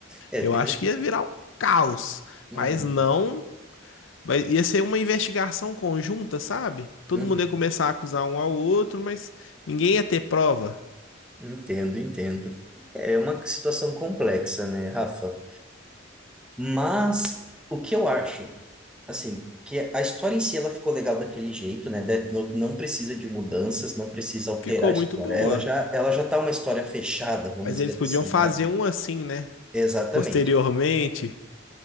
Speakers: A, in the centre; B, on the left (about 75°).
A: É,
B: Eu
A: tem
B: acho
A: essa.
B: que ia virar um caos,
A: uhum,
B: mas não. vai- Ia ser uma investigação conjunta, sabe? Todo
A: uhum.
B: mundo ia começar a acusar um ao outro, mas ninguém ia ter prova.
A: Entendo, entendo. É uma situação complexa, né, Rafa? Mas o que eu acho? assim, que a história em si ela ficou legal daquele jeito, né? Death Note não precisa de mudanças, não precisa alterar
B: Ficou
A: a história.
B: muito boa.
A: Ela já, ela já tá uma história fechada, vamos
B: Mas eles
A: dizer
B: podiam
A: assim,
B: fazer
A: né?
B: um assim, né?
A: Exatamente.
B: Posteriormente,